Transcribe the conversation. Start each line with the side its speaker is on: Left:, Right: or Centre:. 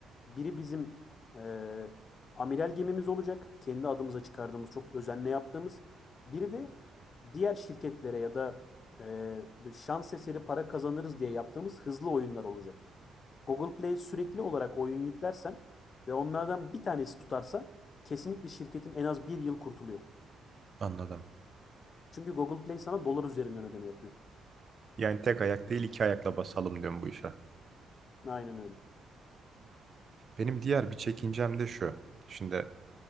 Left: Biri bizim eee amiral gemimiz olacak. Kendi adımıza çıkardığımız, çok özenle yaptığımız. Biri de diğer şirketlere ya da eee, şans eseri para kazanırız diye yaptığımız hızlı oyunlar olacak. Google Play sürekli olarak oyun yüklersen ve onlardan bir tanesi tutarsa kesinlikle şirketin en az bir yıl kurtuluyor.
Right: Anladım.
Left: Çünkü Google Play sana dolar üzerinden ödeme yapıyor.
Right: Yani tek ayak değil iki ayakla basalım diyorum bu işe.
Left: Aynen öyle.
Right: Benim diğer bir çekincem de şu. Şimdi